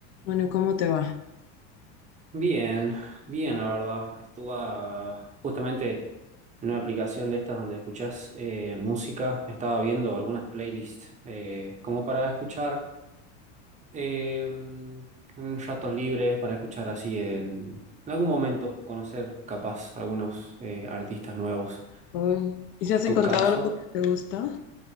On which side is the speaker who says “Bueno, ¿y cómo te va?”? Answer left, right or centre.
Left